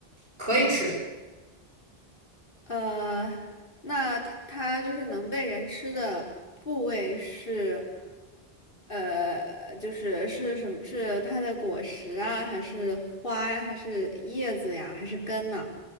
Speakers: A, on the right; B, on the left.
A: 可以吃。
B: 呃，那它它就是能被人吃的部位是，呃，就是是什么？是它的果实啊，还是花呀，还是叶子呀，还是根呢？